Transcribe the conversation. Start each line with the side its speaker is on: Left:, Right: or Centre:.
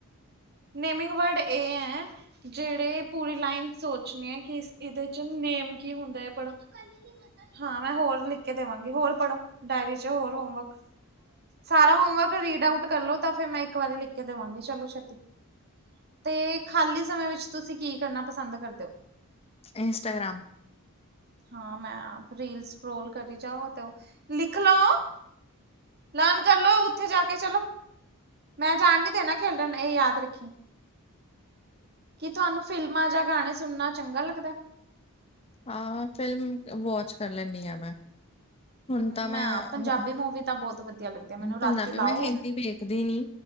Right: ਨੇਮਿੰਗ ਵਰਡ ਏ ਐ। ਜੇੜ੍ਹੇ ਪੂਰੀ ਲਾਈਨ ਸੋਚਣੀ ਆ ਕੀ ਇਸ ਇਦੇ ਚ ਨੇਮ ਕੀ ਹੁੰਦੈ ਪੜੋ। ਹਾਂ ਮੈਂ ਹੋਰ ਲਿਖ ਕੇ ਦੇਵਾਂਗੀ ਹੋਰ ਪੜ੍ਹੋ ਡਾਇਰੀ ਚ ਹੋਰ ਹੋਮਵਰਕ ਸਾਰਾ ਹੋਮਵਰਕ ਰੀਡ ਆਊਟ ਕਰਲੋ ਤਾਂ ਫਿਰ ਮੈਂ ਇੱਕ ਵਾਰੀ ਲਿਖ ਕੇ ਦੇਵਾਂਗੀ ਚਲੋ ਛੇਤੀ। ਤੇ ਖਾਲੀ ਸਮੇਂ ਵਿੱਚ ਤੁਸੀਂ ਕੀ ਕਰਨਾ ਪਸੰਦ ਕਰਦੇ ਓ?
Left: ਇੰਸਟਾਗ੍ਰਾਮ।
Right: ਹਾਂ ਮੈਂ ਰੀਲ ਸਕਰੋਲ ਕਰੀ ਜਾਓ ਤੇ ਲਿਖ ਲੋ। ਲਰਨ ਕਰਲੋ ਉੱਥੇ ਜਾ ਕੇ ਚਲੋ। ਮੈਂ ਜਾਣ ਨੀ ਦੇਣਾ ਖੇਡਣ ਏ ਯਾਦ ਰੱਖੀ। ਕੀ ਤੁਹਾਨੂੰ ਫਿਲਮਾਂ ਜਾਂ ਗਾਣੇ ਸੁਣਨਾ ਚੰਗਾ ਲੱਗਦੈ।
Left: ਹਾਂ ਫਿਲਮ ਵਾਚ ਕਰ ਲੈਂਦੀ ਆ ਮੈਂ ਹੁਣ
Right: ਹਮ
Left: ਤਾਂ
Right: ਮੈਂ
Left: ਅਹ,
Right: ਪੰਜਾਬੀ ਮੂਵੀ ਤਾਂ ਬਹੁਤ ਵਧੀਆ ਲੱਗਦੀ ਆ ਮੈਨੂੰ ਰਾਤੀ
Left: ਪੰਜਾਬੀ
Right: ਲਾਓ
Left: ਮੈਂ ਹਿੰਦੀ ਵੇਖਦੀ ਨੀ